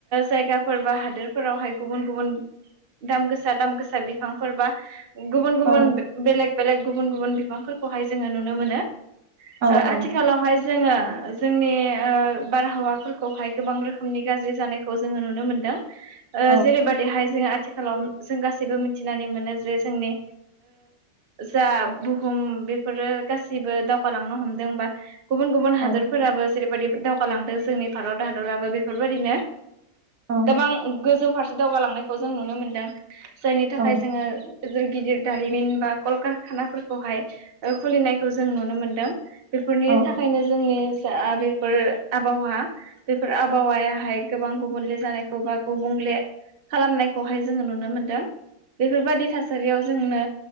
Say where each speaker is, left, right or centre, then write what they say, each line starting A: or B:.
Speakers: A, on the right (about 35°); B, on the right (about 65°).
A: जायगाफोर बा हादोरफोरावहाय गुबुन गुबुन दाम गोसा दाम गोसा बिफांफोर बा गुबुन गुबुन
B: औ
A: बेलेग बेलेग गुबुन गुबुन बिबांफोरखौहाय जोङो नुनो मोनो।
B: औ
A: आथिखालावहाय
B: औ
A: जोङो जोंनि बारहावाफोरखौहाय गोबां रोखोमनि गाज्रि जानायखौ जोङो नुनो मोनदों। जेरैबायदिहाय
B: औ
A: जोङो आथिखालाव जों गासैबो मिथिनानै मोनो जे जोंनि जा हुम बेफोरो गासिबो दावगालांनो हमदोंबा गुबुन गुबुन
B: औ
A: हादरफोराबो जेरैबायदि दावगालांदों जोंनि भारत हादराबो बेफोरबायदिनो
B: औ
A: गोबां गोजौ फारसे दावगालांनायखौ जों नुनो मोनदों जायनि थाखाय
B: औ
A: जोङो गिदिर गिदिर दारिमिन बा कलकारखानाफोरखौहाय खुलिनायखौ जों नुनो मोनदों। बेफोरनि
B: औ
A: थाखायनो जोंनि जा बेफोर आबहावा बेफोर आबहावायाहाय गोबां गुबुनले जानायखौ बा गुबुंले खालामनायखौहाय जोङो नुनो मोनदों। बेफोरबादि थासारियाव जोंनो